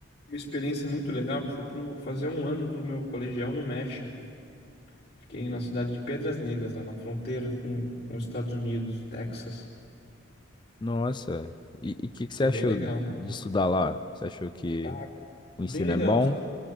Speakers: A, on the left (about 55°); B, on the left (about 20°).
A: uma experiência muito legal. Fui pro, fazer um ano do meu colegial no México. Fiquei na cidade de Pedras Negras, lá na fronteira com, com os Estados Unidos, Texas.
B: nossa. E o que, que você
A: Foi
B: achou
A: bem legal.
B: de estudar lá? Você achou que
A: Ah,
B: o
A: bem
B: ensino
A: legal,
B: é bom?
A: assim.